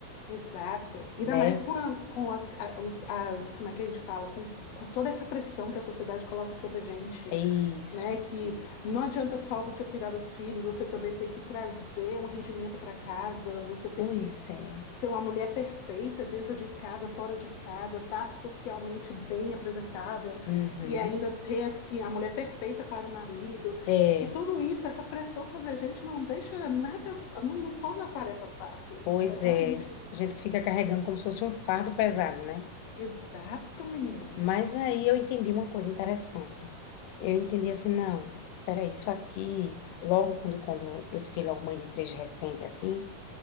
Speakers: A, on the left; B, on the left.
A: Exato. Ainda
B: né?
A: mais com, a- com as, a- os- as- como é que a gente fala, com, com toda essa pressão que a sociedade coloca sobre a gente,
B: É isso.
A: né? Que não adianta só você cuidar dos filhos, você também tem que trazer um rendimento para casa, você tem
B: Pois
A: que
B: é.
A: ser uma mulher perfeita dentro de casa, fora de casa, estar tá socialmente bem apresentável
B: Uhum.
A: e ainda ter assim a mulher perfeita para o marido.
B: É,
A: E tudo isso, essa pressão sobre a gente não deixa nada, não, não torna a tarefa fácil.
B: pois
A: É Realmente.
B: é. A gente fica carregando como se fosse um fardo pesado, né?
A: Exato, menina.
B: Mas aí eu entendi uma coisa interessante. Eu entendi assim, não, peraí, isso aqui, logo quando, quando eu fiquei logo mãe de três recente, assim,